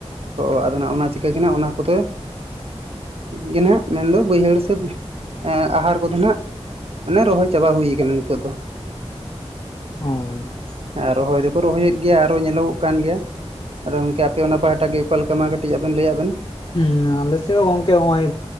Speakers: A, on the right; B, on the left.
A: ᱚᱼ ᱟᱫᱚ ᱱᱷᱟᱜ, ᱚᱱᱟ ᱪᱤᱠᱟᱹ ᱜᱷᱮᱱᱷᱟ, ᱚᱱᱟ ᱠᱚᱫᱚ, ᱜᱮ ᱱᱷᱟᱜ, ᱢᱮᱱ ᱫᱚ, ᱵᱟᱹᱭᱦᱟᱹᱲ ᱥᱮ, ᱮᱸᱻᱜ ᱟᱦᱟᱨ ᱠᱚᱫᱚ ᱱᱷᱟᱜ, ᱢᱟᱱᱮ ᱨᱚᱦᱚᱭ ᱪᱟᱵᱟ ᱦᱩᱭ ᱟᱠᱟᱱᱟ, ᱱᱤᱛᱚᱜ ᱫᱚ ᱾
B: ᱦᱚᱸᱭ ᱾
A: ᱟᱼ ᱨᱚᱦᱚᱭ ᱫᱚᱠᱚ, ᱨᱚᱦᱚᱭ ᱮᱫ ᱜᱮᱭᱟ, ᱟᱨᱚ ᱧᱮᱞᱚᱜᱚᱜ ᱠᱟᱱ ᱜᱮᱭᱟ ᱾ ᱟᱫᱚ ᱜᱚᱢᱠᱮ, ᱟᱯᱮ ᱚᱱᱟ ᱯᱟᱦᱟᱴᱟ ᱜᱮ, ᱚᱠᱟ ᱞᱮᱠᱟ? ᱢᱟ, ᱠᱟᱹᱴᱤᱡ ᱟᱵᱮᱱ ᱞᱟᱹᱭᱟᱜ ᱵᱮᱱ ᱾
B: ᱩᱸᱻᱮ, ᱟᱞᱮ ᱥᱮᱫ ᱦᱚᱸ ᱜᱚᱝᱠᱮ, ᱱᱚᱜᱼᱚᱭ